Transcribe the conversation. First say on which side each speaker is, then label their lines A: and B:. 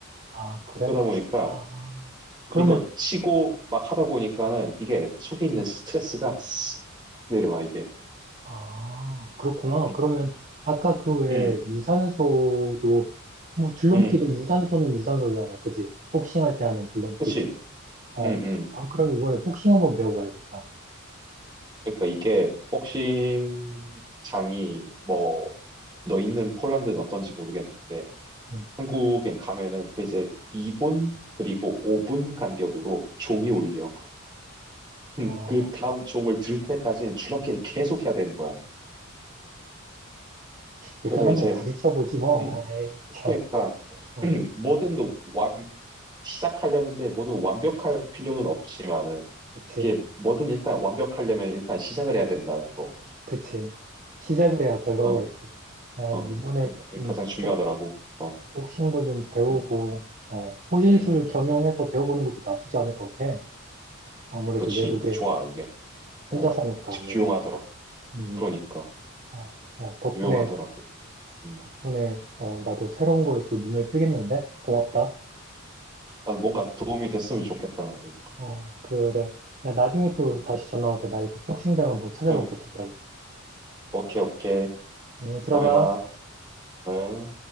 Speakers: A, on the right (about 40°); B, on the right (about 20°).
A: 아, 그래?
B: 그러다 보니까
A: 아,
B: 이거
A: 그러면,
B: 치고 막 하다 보니까는 이게 속에 있는 스트레스가 내려가, 이게.
A: 아, 그렇구나.
B: 음,
A: 그러면, 아까
B: 음,
A: 그 외에
B: 음,
A: 유산소도, 뭐, 줄넘기도
B: 음.
A: 유산소는 유산소잖아. 그지? 복싱 할 때 하는 줄넘기도.
B: 그치?
A: 어,
B: 음, 음.
A: 아, 그럼 이번에 복싱 한번 배워봐야겠다.
B: 그러니까 이게 복싱 장이 뭐, 너 있는 폴란드는 어떤지 모르겠는데
A: 응.
B: 한국에 가면은 그 이제 2분 그리고 5분 간격으로 종이 울려. <laughs>
A: 어,
B: 그 다음 종을 들 때까지는 줄넘기를 계속 해야 되는 거야.
A: 일단
B: 그러다 이제
A: 한번 부딪혀보지
B: 하-
A: 뭐.
B: 음,
A: 에이, 참.
B: 그러니까
A: 어,
B: <clears throat> 뭐든 완 시작하려는데 뭐든 완벽할 필요는 없지만은
A: 그치.
B: 이게 뭐든 일단 완벽하려면 일단 시작을 해야 된다는 거.
A: 그치. 시작을 해야 결과가
B: 어,
A: 있지. 야,
B: 어.
A: 이번에
B: 그러니까
A: 좀,
B: 그게 가장 중요하더라고.
A: 복싱,
B: 어.
A: 복싱도 좀 배우고,
B: 음.
A: 어, 호신술
B: 음.
A: 겸용해서 배워보는 것도 나쁘지 않을 것 같아. 아무래도
B: 그치.
A: 외국에
B: 좋아, 이게. 어.
A: 혼자 사니까
B: 아직
A: 내가,
B: 유용하더라고.
A: 음,
B: 그러니까
A: 어, 야, 덕분에,
B: 유용하더라고. 음.
A: 덕분에, 어, 나도 새로운
B: 음.
A: 거에 또 눈을 뜨겠는데? 고맙다.
B: 난 뭔가 도움이 됐으면 좋겠다, 나도.
A: 어, 그래. 야, 나중에 또
B: 응,
A: 다시 전화하자. 나 이거 복싱장 한번 찾아볼게,
B: 응,
A: 주변에.
B: 오케이, 오케이.
A: 음, 들어가.
B: 다음에 봐. 어.